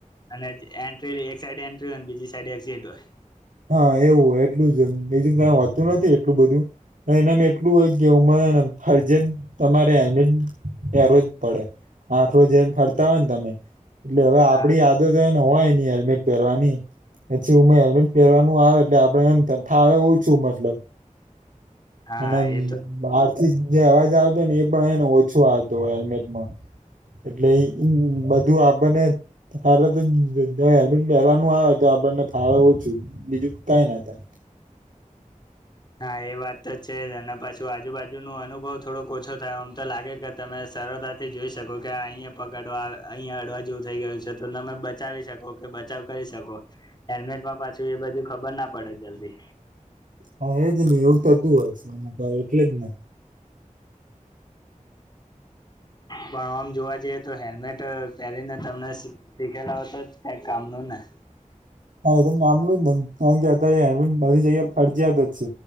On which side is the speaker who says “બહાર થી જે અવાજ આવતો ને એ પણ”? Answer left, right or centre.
Right